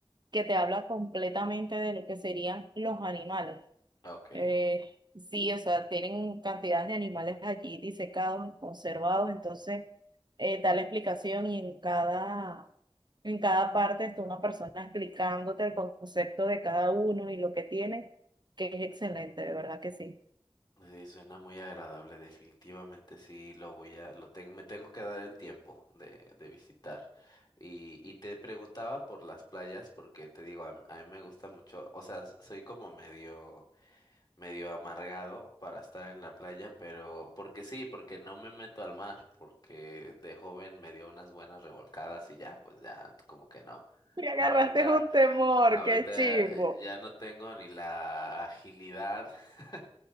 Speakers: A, on the right (about 50°); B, on the left (about 45°).
A: que te habla completamente de lo que serían los animales.
B: ok,
A: Eh, sí, o sea, tienen cantidades de animales allí disecados, conservados, entonces eh, da la explicación y en cada, en cada parte está una persona explicándote el concepto de cada uno y lo que tiene, que es excelente, de verdad que sí.
B: sí, suena muy agradable, definitivamente sí, lo voy a, lo tengo, me tengo que dar el tiempo de, de visitar. Y, y te preguntaba por las playas, porque te digo, a, m- a mí me gusta mucho, o sea, s- soy como medio... medio amargado para estar en la playa, pero porque sí, porque no me meto al mar, porque de joven me dio unas buenas revolcadas y ya, pues ya, como que no.
A: Me agarraste
B: Ahorita,
A: un temor,
B: ahorita
A: qué chivo.
B: eh, ya no tengo ni la agilidad <laughs>